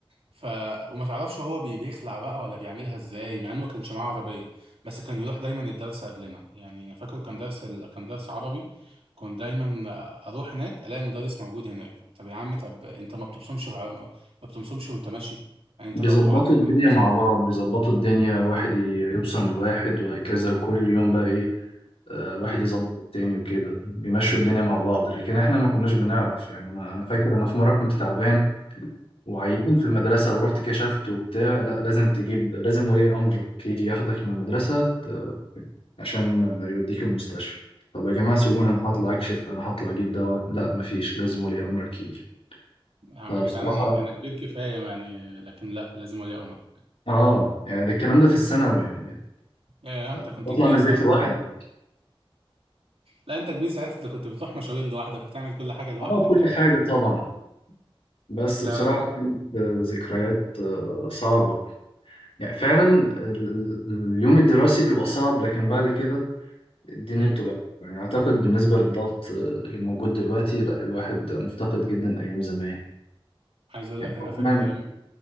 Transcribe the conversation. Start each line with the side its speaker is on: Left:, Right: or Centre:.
Right: ف وما تعرفش هو بي- بيخلع بقى ولا بيعملها ازاي مع انه ما كانش معاه عربيه بس كان يروح دايما الدرس قبلنا يعني انا فاكره كان درس ال... كان درس عربي كنت دايما آه، اروح هناك الاقي المدرس موجود هناك طب يا عم طب انت ما بتبصمش غ- ما بتبصمش وانت ماشي يعني انت
Left: بيظبطوا
Right: لو عديت
Left: الدنيا
Right: على
Left: مع بعض بيظبطوا الدنيا واحد ي- يبصم لواحد وهكذا وكل يوم بقى ايه آه، واحد
Right: البصمه
Left: يظبط التاني وكده بيمشوا الدنيا مع بعض لكن احنا ما كناش بنعرف يعني انا انا فاكر انا في مره كنت تعبان وعيان في المدرسه ورحت كشفت وبتاع لا لازم تجيب لازم ولي امرك يجي ياخدك من المدرسه ت- عشان آه، يوديك المستشفى طب يا جماعه سيبوني انا هطلع اكشف انا هطلع اجيب دواء لا مفيش لازم ولي امرك يجي
Right: يا عم
Left: فبصراحه
Right: يا جدعان انا انا كبير كفايه يعني لكن لا لازم ولي امرك
Left: اه يعني ده الكلام ده في الثانوي يعني
Right: يا انت كنت
Left: بطلع
Right: كبير
Left: من البيت
Right: ساعتها
Left: لوحدي
Right: لا انت كبير ساعتها انت كنت بتروح مشاوير لوحدك وتعمل كل حاجه لوحدك
Left: اه كل
Right: يعني
Left: حاجة طبعا بس
Right: لا
Left: بصراحة
Right: لا لا
Left: كانت آه، ذكريات آه، صعبة يعني فعلا ال- اليوم الدراسي بيبقى صعب لكن بعد كده الدنيا
Right: امم
Left: بتبقى حلوة. يعني أعتقد بالنسبة للضغط آه، اللي موجود دلوقتي لا الواحد مفتقد جدا أيام زمان
Right: عايز اقول
Left: يعني
Right: لك انا
Left: طبعا
Right: فاكر ايام